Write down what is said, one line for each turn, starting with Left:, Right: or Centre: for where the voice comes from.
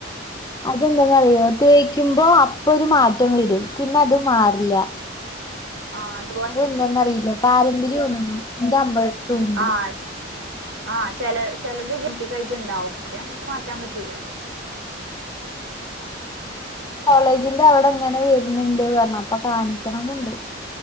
Left: അതെന്താെന്നറയോ
Right: എന്നിട്ട്
Left: തേക്ക ക്കുമ്പോ അപ്പൊ ഒരു മാറ്റം വരും പിന്നെ അത് മാറില്ല
Right: ആൽ
Left: അതെന്തന്നറിയില്ല പാരമ്പര്യം ഒന്നും എന്റെ അമ്മട്ത്തുണ്ട്
Right: ആഹ് ആഹ് ചെല ചെലത് ജെറ്റിക്കായിട്ട്ണ്ടാവും അയമ്മക്ക് മാറ്റാൻ പറ്റൂലല്ലോ
Left: കോളേജിന്റെ അവ്ടെങ്ങനെ വരുന്ണ്ട് പറഞപ്പൊ കാണിക്കണന്നുണ്ട്